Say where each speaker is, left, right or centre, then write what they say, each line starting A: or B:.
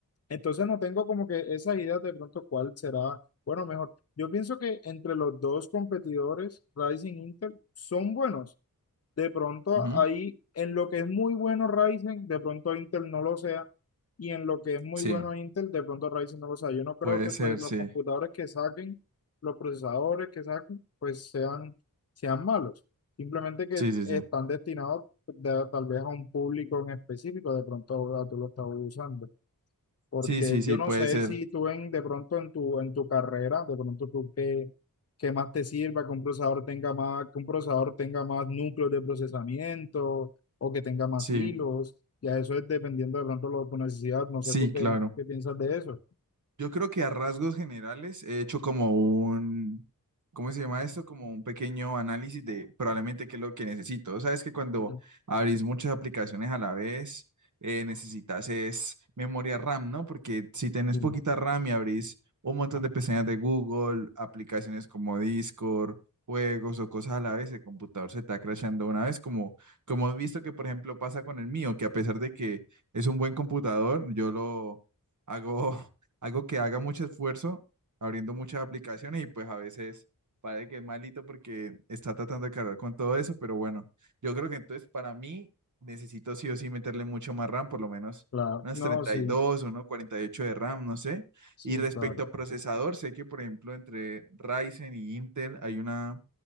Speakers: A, on the left; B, on the right.
A: entonces no tengo como que esa idea de pronto cuál será, bueno, mejor. Yo pienso que entre los dos competidores, Ryzen e Intel, son buenos de pronto
B: Ujú,
A: ahí, en lo que es muy bueno Ryzen, de pronto Intel no lo sea. Y en lo que es muy
B: Sí,
A: bueno Intel, de pronto Ryzen no lo sea. Yo no creo
B: puede
A: que
B: ser,
A: pues los
B: sí.
A: computadores que saquen, los procesadores que saquen, pues sean, sean malos. Simplemente que
B: Sí, sí,
A: están
B: sí.
A: destinados pues, de- tal vez a un público en específico, de pronto ahora tú lo estás usando. Porque
B: Sí, sí, sí,
A: yo no
B: puede
A: sé
B: ser.
A: si tú en, de pronto en tu, en tu carrera, de pronto tú qué, qué más te sirva, que un procesador tenga más, que un procesador tenga más núcleos de procesamiento o que tenga más
B: Sí,
A: hilos. Ya eso es dependiendo de pronto lo, tu necesidad. No
B: sí,
A: sé tú qué,
B: claro.
A: qué piensas de eso.
B: Yo creo que a rasgos generales he hecho como un, ¿cómo se llama esto? Como un pequeño análisis de probablemente qué es lo que necesito. O sea, es que cuando
A: Sí,
B: abrís muchas aplicaciones a la vez, eh, necesitas es memoria RAM, ¿no? Porque si tenés
A: sí,
B: poquita RAM y abrís un montón de pestañas de Google, aplicaciones como Discord, juegos o cosas a la vez, el computador se está crashando una vez, como, como has visto que, por ejemplo, pasa con el mío, que a pesar de que es un buen computador, yo lo hago algo que haga mucho esfuerzo abriendo muchas aplicaciones y pues a veces parece que es malito porque está tratando de cargar con todo eso, pero bueno, yo creo que entonces para mí necesito sí o sí meterle mucho más RAM, por lo menos
A: Claro,
B: unas
A: no,
B: 32,
A: sí,
B: unos 48 de RAM, no sé.
A: sí,
B: Y respecto
A: claro.
B: a procesador, sé que por ejemplo entre Ryzen y Intel hay una,